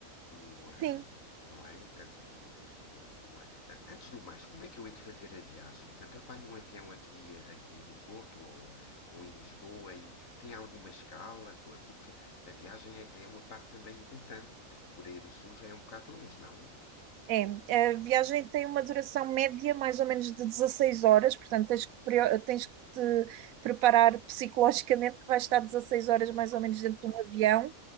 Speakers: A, on the left; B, on the right.
A: O, eh,
B: sim,
A: não é? Tanto o, eh, antes do mais, como é que eu hei de fazer a viagem? Tanto apanho um avião aqui, aqui no Porto ou, ou em Lisboa e tem alguma escala? Porque a viagem é, é uma parte também importante, porque a Coreia do Sul já é um bocado longe, não?
B: é. A viagem tem uma duração média mais ou menos de 16 horas, portanto tens que te, preo- tens que te preparar psicologicamente que vais estar 16 horas mais ou menos dentro de um avião.